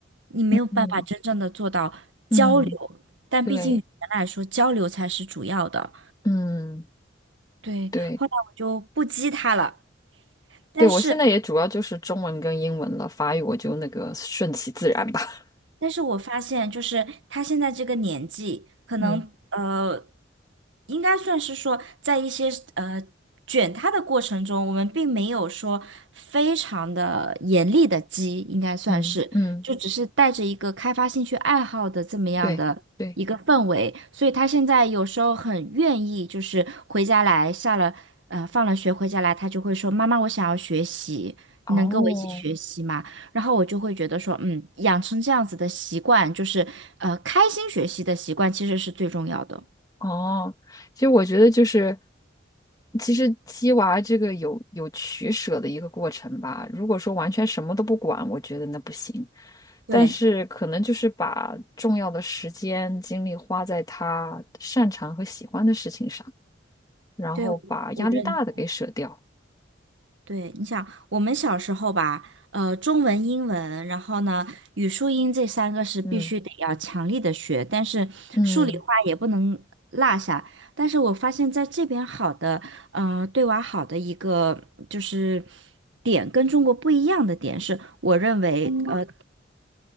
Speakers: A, on the right; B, on the left.
A: 你没有办法真正的做到交流，
B: <laughs> 嗯，嗯，
A: 但毕竟语言来说，
B: 对，
A: 交流才是主要的。
B: 嗯，
A: 对，
B: 对。
A: 后来我就不激他了，但是
B: 对，我现在也主要就是中文跟英文了，法语我就那个顺其自然吧。<laughs>
A: 但是我发现，就是他现在这个年纪，可能呃，
B: 嗯
A: 应该算是说，在一些呃卷他的过程中，我们并没有说非常的严厉的激，应该算是，
B: 嗯嗯，
A: 就只是带着一个开发兴趣爱好的这么样的一个氛围，
B: 对对，
A: 所以他现在有时候很愿意，就是回家来下了呃放了学回家来，他就会说：“妈妈，我想要学习，
B: 哦
A: 你能跟我一起学习吗？”然后我就会觉得说，嗯，养成这样子的习惯，就是呃，开心学习的习惯，其实是最重要的。
B: 哦，其实我觉得就是，其实鸡娃这个有有取舍的一个过程吧。如果说完全什么都不管，我觉得那不行。
A: 对
B: 但是可能就是把重要的时间精力花在他擅长和喜欢的事情上，然后把压力大的给舍掉。
A: 对，我我认对。你想，我们小时候吧，呃，中文、英文，然后呢，语数英这三个是必须得要强力的学，
B: 嗯
A: 但是数理化也不能落下。
B: 嗯
A: 但是我发现在这边好的，嗯，对娃好的一个就是点，跟中国不一样的点是，我认为，嗯呃，